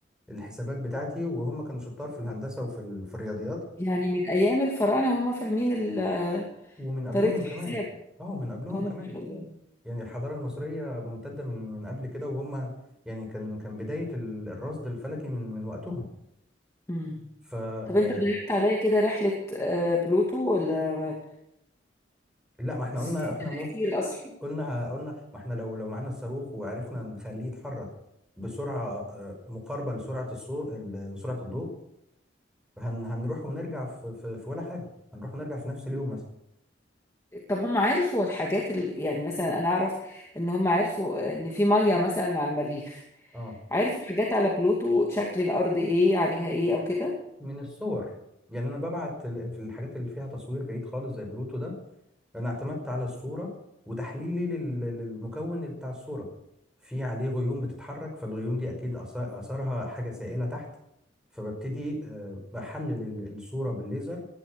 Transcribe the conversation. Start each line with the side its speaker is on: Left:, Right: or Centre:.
Centre: الحسابات بتاعتي وهم كانوا شطار في الهندسه وفي ال- في الرياضيات
Left: يعني من ايام الفراعنه وهم فاهمين ال-
Centre: ومن قبلهم
Left: طريقه الحساب
Centre: كمان اه من قبلهم
Left: اه ما
Centre: كمان
Left: شاء الله
Centre: يعني الحضارة المصرية ممتدة من من قبل كده وهم يعني كان كان بداية ال- الرصد الفلكي من من وقتهم
Left: امم
Centre: ف
Left: طب
Centre: آه،
Left: انت ضيعت عليا كده رحله آه، بلوتو ولا
Centre: لا ما احنا
Left: 60
Centre: قلنا احنا
Left: سنه
Centre: مو
Left: كتير اصلا
Centre: قلنا قلنا ما احنا لو لو معانا الصاروخ وعرفنا نخليه يتحرك بسرعة آه، مقاربة لسرعة الصوت ال- سرعة الضوء هن هنروح ونرجع في في في ولا حاجة هنروح ونرجع في نفس اليوم مثلا
Left: طب هم عرفوا الحاجات اللي يعني مثلا انا اعرف ان هم عرفوا ان في ميه مثلا على المريخ
Centre: اه
Left: عرفوا حاجات على بلوتو شكل الارض ايه عليها ايه او كده
Centre: من الصور يعني انا ببعت ال- في الحاجات اللي فيها تصوير بعيد خالص زي بلوتو ده انا اعتمدت على الصوره وتحليلي لل- للمكون اللي بتاع الصوره في عليه غيوم بتتحرك فالغيوم دي اكيد أث- اثرها حاجه سائله تحت فببتدي آه، بحلل ال- الصوره بالليزر